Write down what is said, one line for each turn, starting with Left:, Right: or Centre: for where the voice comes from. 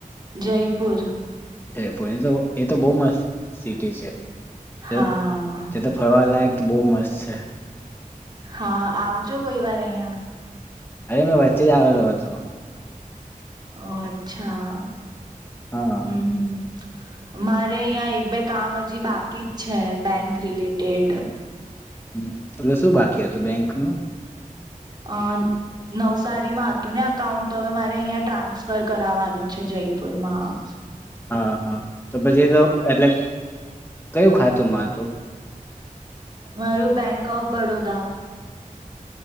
Right: જયપુર.
Left: જયપુર એ તો, એ તો બહુ મસ્ત સિટી છે. તે,
Right: હા
Left: તે તો ફરવા લાયક બહુ મસ્ત છે.
Right: હા, આવજો કોઈ વાર અહિયાં.
Left: અરે મેં વચ્ચે જ આવેલો હતો.
Right: ઓ અચ્છા.
Left: હા.
Right: હમ મારે અહિયાં એક બે કામ હજી બાકી જ છે બેંક રિલેટેડ.
Left: હમ્મ, એટલે શું બાકી હતું બેંકનું?
Right: અહ નવસારીમાં હતું ને અકાઉન્ટ તો હવે મારે અહં ટ્રાન્સફર કરાવવાનું છે જયપુરમાં.
Left: હા હા તો પછી તો એટલે કયું ખાતું મા હતું?
Right: મારું બેંક ઓફ બડોદા.